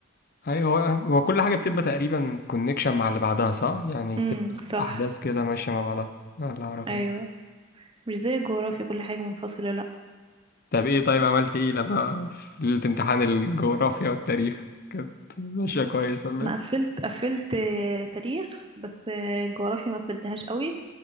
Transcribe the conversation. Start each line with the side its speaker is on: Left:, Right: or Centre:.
Left: ايوه هو هو كل حاجة بتبقى تقريبا كونكشن مع اللي بعدها صح يعني
Right: امم
Left: بتبقى
Right: صح
Left: احداث كده ماشية مع بعضها ده اللي اعرفه
Right: أيوه
Left: يعني
Right: مش زي الجغرافيا كل حاجة منفصلة لا
Left: طب ايه طيب عملت ايه لما في ليلة امتحان الجغرافيا والتاريخ كانت ماشية كويس ولا
Right: أنا
Left: ايه
Right: قفلت قفلت آه، تاريخ بس آه، الجغرافيا ما قفلتهاش قوي